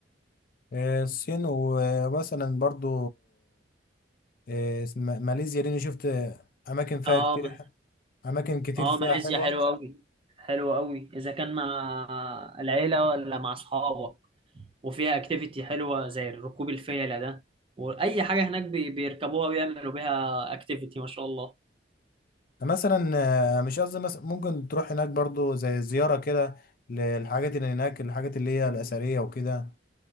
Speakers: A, on the left; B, on the right.
A: آه، الصين ومثلا برضو آه، م- ماليزيا دي أنا شفت أماكن فيها
B: اه
A: كتير
B: ما-
A: ح- أماكن كتير
B: اه
A: فيها
B: ماليزيا
A: حلوة
B: حلوه قوي حلوه قوي اذا كان مع العيله ولا مع اصحابك وفيها اكتيفيتي حلوه زي ركوب الفيله ده واي حاجه هناك بي- بيركبوها ويعملوا بيها اكتيفيتي ما شاء الله
A: مثلا آه، مش قصدي مثلا ممكن تروح هناك برضو زي زيارة كده للحاجات اللي هناك الحاجات اللي هي الأثرية وكده